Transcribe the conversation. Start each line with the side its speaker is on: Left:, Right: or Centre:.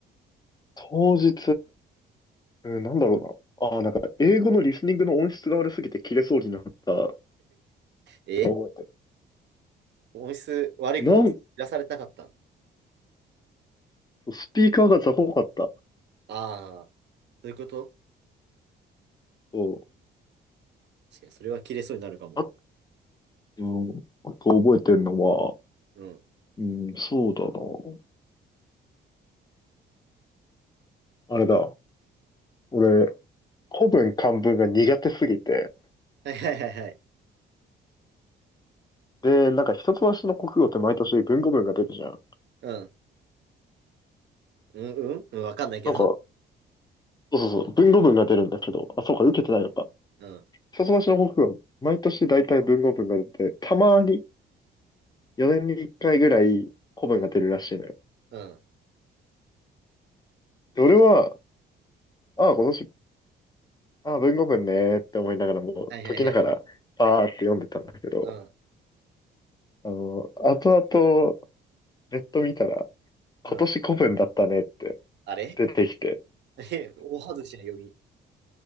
Left: 当日、うん、なんだろうな。ああ、なんか、英語のリスニングの音質が悪すぎて切れそうになった
Right: え
Left: 覚えてる。
Right: 音質悪いことを知らされたかったの
Left: なんスピーカーが雑魚かった。
Right: ああー、そういうこと
Left: そ
Right: 確かにそれは切れそうになるかも。
Left: うあ、うん。あと覚えてんのは、
Right: うん。
Left: うん、そうだな。あれだ。俺、古文漢文が苦手すぎて。
Right: はいはいはいはい。
Left: で、なんか一橋の国語って毎年文語文が出るじゃん。
Right: うん。うん、うん、うん、わかんないけど。
Left: なんか、そうそうそう、文語文が出るんだけど、あ、そうか、受けてないのか。
Right: うん、
Left: 一橋の国語は毎年大体文語文が出て、たまに4年に1回ぐらい古文が出るらしいのよ。
Right: うん、うん。
Left: で、俺は、ああ、今年、ああ、文語文ねーって思いながらもう解きながら、
Right: はいはいはい。
Left: パーって読んでたんだけど、
Right: うん、うん。
Left: あの、後々、ネット見たら、今年古文だったねって
Right: うんあれ
Left: 出てきて、
Right: え、大外しな読み。